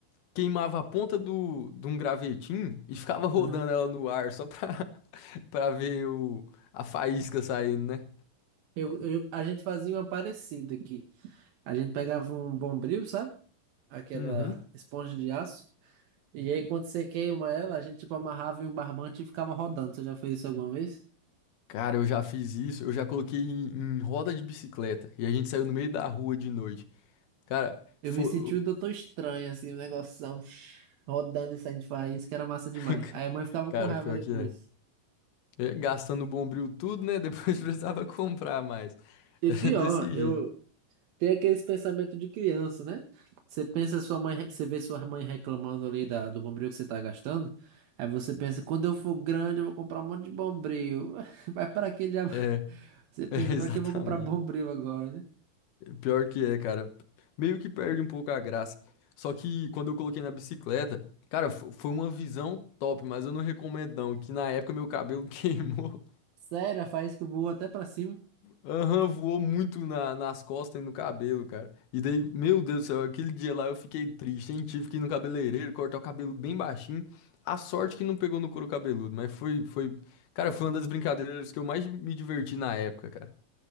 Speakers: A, on the left (about 85°); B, on the right (about 75°).
A: queimava a ponta do, de um gravetinho e ficava <laughs> rodando
B: Aham.
A: ela no ar só pra, <laughs> pra ver o, a faísca saindo, né?
B: Eu, eu- a gente fazia uma parecida aqui. A gente pegava um bombril, sabe? Aquela
A: Uhum.
B: esponja de aço. E aí, quando você queima ela, a gente tipo amarrava em um barbante e ficava rodando. Você já fez isso alguma vez?
A: Cara, eu já fiz isso. Eu já coloquei em, em roda de bicicleta e a gente saiu no meio da rua de noite. Cara,
B: Eu
A: foi,
B: me senti o doutor estranho, assim, o um negoção <sniffs> rodando e saindo de faísca, que era massa demais.
A: <laughs>
B: Aí a mãe ficava
A: Cara,
B: com raiva
A: pior
B: depois.
A: que é. É, Gastando o bombril tudo, né? Depois <laughs> precisava comprar mais.
B: E
A: É
B: pior,
A: desse jeito.
B: eu tem aqueles pensamentos de criança, né? Você pensa sua mãe, re- você vê sua mãe reclamando ali da, do bombril que você tá gastando. Aí você pensa, quando eu for grande, eu vou comprar um monte de bombril. <laughs> Vai para que diabo? <laughs>
A: É,
B: Você pensa,
A: <laughs> é, exatamente.
B: para que eu vou comprar bombril agora, né?
A: Pior que é, cara. Meio que perde um pouco a graça. Só que quando eu coloquei na bicicleta, cara, fo- foi uma visão top, mas eu não recomendo não, que na época meu cabelo <laughs> queimou.
B: Sério, faz que eu vou até para cima.
A: Aham, voou muito na- nas costas e no cabelo, cara. E daí, meu Deus do céu, aquele dia lá eu fiquei triste, hein? Tive que ir no cabeleireiro, cortar o cabelo bem baixinho. A sorte que não pegou no couro cabeludo, mas foi, foi... Cara, foi uma das brincadeiras que eu mais me diverti na época, cara.